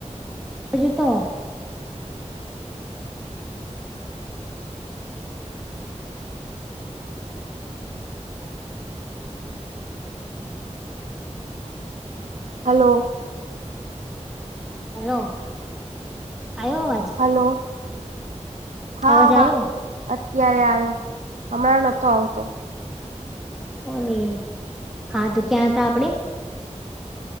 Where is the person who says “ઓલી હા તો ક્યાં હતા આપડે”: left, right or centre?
Centre